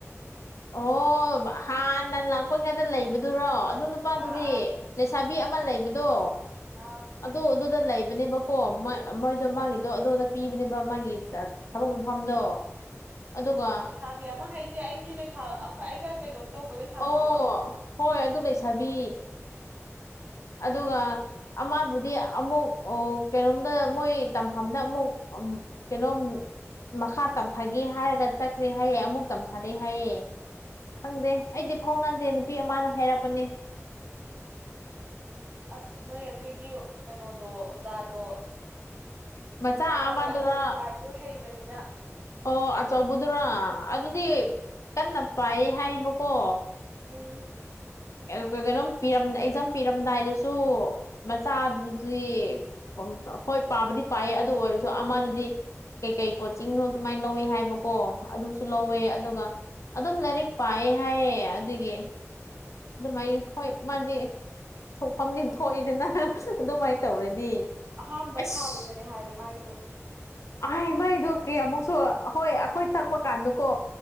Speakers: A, on the left; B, on the right.
A: ꯑꯣ ꯍꯥꯟꯅ ꯂꯥꯛꯄ ꯉꯩꯗ ꯂꯩꯕꯗꯨꯔꯣ ꯑꯗꯨ ꯅꯨꯄꯥꯗꯨꯗꯤ
B: ꯑꯥ ꯑꯥ
A: ꯂꯩꯁꯥꯕꯤ ꯑꯃ ꯂꯩꯕꯗꯣ
B: ꯑ
A: ꯑꯗꯨ ꯑꯗꯨꯗ ꯂꯩꯕꯅꯦꯕꯀꯣ ꯃꯣꯏ ꯃꯣꯏꯗꯣ ꯃꯥꯒꯤꯗꯣ ꯑꯗꯨꯗ ꯄꯤꯕꯅꯦꯕ ꯃꯥꯒꯤ ꯊꯕꯛ ꯃꯐꯝꯗꯣ ꯑꯗꯨꯒ
B: ꯂꯩꯁꯥꯕꯤ ꯑꯃ ꯍꯥꯏꯁꯦ ꯑꯩꯒꯤ ꯂꯩꯁꯥ ꯑꯩꯈꯣꯏ ꯑꯩꯒ ꯀꯩꯅꯣ ꯇꯧꯕ ꯂꯩꯁꯥꯕꯤꯗꯨꯔꯣ
A: ꯑꯣ ꯍꯣꯏ ꯑꯗꯨ ꯂꯩꯁꯥꯕꯤ
B: ꯑꯣ
A: ꯑꯗꯨꯒ ꯑꯃꯕꯨꯗꯤ ꯑꯃꯨꯛ ꯑꯣ ꯀꯩꯅꯣꯝꯗ ꯃꯣꯏ ꯇꯝꯐꯝꯗ ꯑꯃꯨꯛ ꯀꯩꯅꯣꯝ ꯃꯈꯥ ꯇꯝꯊꯒꯦ ꯍꯥꯏꯔꯒ ꯆꯠꯈ꯭ꯔꯦ ꯍꯥꯏꯌꯦ ꯑꯃꯨꯛ ꯇꯝꯊꯔꯦ ꯍꯥꯏꯌꯦ ꯈꯪꯗꯦ ꯑꯩꯗꯤ ꯐꯥꯎꯅꯗꯦ ꯅꯨꯄꯤ ꯑꯃꯅ ꯍꯥꯏꯔꯛꯄꯅꯦ
B: ꯑꯁ ꯅꯣꯏ ꯑꯗꯨꯒꯤ ꯀꯩꯅꯣꯗꯣ ꯑꯣꯖꯥꯗꯣ
A: ꯃꯆꯥ
B: ꯃꯗꯥꯎ
A: ꯑꯃꯗꯨꯔ
B: ꯌꯥꯏꯍꯦ ꯂꯥꯏꯔꯤꯁꯨ ꯍꯩꯕꯅꯤꯅ
A: ꯑꯣ ꯑꯆꯧꯕꯗꯨꯔ ꯑꯗꯨꯗꯤ ꯀꯟꯅ ꯄꯥꯏ ꯍꯥꯏꯕꯀꯣ
B: ꯎꯝ
A: ꯀꯩꯅꯣꯝ ꯄꯤꯔꯝ ꯑꯦꯛꯖꯥꯝ ꯄꯤꯔꯝꯗꯥꯏꯗꯁꯨ ꯃꯆꯥꯗꯨꯗꯤ ꯍꯣꯏ ꯄꯥꯕꯗꯤ ꯄꯥꯏꯌꯦ ꯑꯗꯨ ꯑꯣꯏꯔꯁꯨ ꯑꯃꯗꯗꯤ ꯀꯩꯀꯩ ꯀꯣꯆꯤꯡꯅꯣ ꯁꯨꯃꯥꯏꯅ ꯂꯧꯋꯦ ꯍꯥꯏꯕꯀꯣ ꯑꯗꯨꯁꯨ
B: ꯎꯝ
A: ꯂꯧꯋꯦ ꯑꯗꯨꯒ ꯑꯗꯨꯝ ꯂꯥꯏꯔꯤꯛ ꯄꯥꯏꯌꯦ ꯍꯥꯏꯌꯦ ꯑꯗꯨꯒꯤ ꯑꯗꯨꯃꯥꯏꯅ ꯍꯣꯏ ꯃꯥꯗꯤ ꯊꯣꯛꯐꯝꯗꯤ ꯊꯣꯛꯏꯗꯅ ꯑꯗꯨꯃꯥꯏꯅ ꯇꯧꯔꯗꯤ
B: ꯑꯍꯥꯝꯕ
A: ꯑꯁ
B: ꯊꯥꯕꯗꯅꯦ ꯍꯥꯏꯌꯦ ꯃꯥꯒꯤꯗꯣ
A: ꯑꯥꯏ ꯃꯥꯏꯗꯣ ꯀꯤꯌꯥꯝꯃꯨꯛꯁꯨ ꯍꯣꯏ ꯑꯩꯈꯣꯏ ꯊꯛꯄ ꯀꯥꯟꯗꯀꯣ